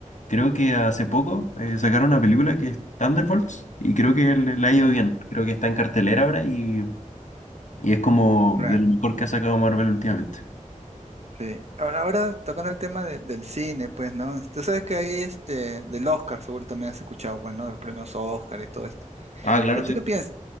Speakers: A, on the left (about 65°); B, on the right (about 55°).
A: creo que hace poco eh, sacaron una película que es Thunderbolts y creo que le, le ha ido bien. Creo que está en cartelera ahora y Y es como
B: Claro.
A: de lo mejor que ha sacado Marvel últimamente.
B: Sí. Ahora, ahora tocando el tema de- del cine, pues, ¿no? Este, Tú sabes que ahí, este, del Oscar, seguro también has escuchado, bueno De los premios Oscar y todo esto.
A: Ah, claro,
B: Eh, ¿tú
A: sí.
B: qué piensas?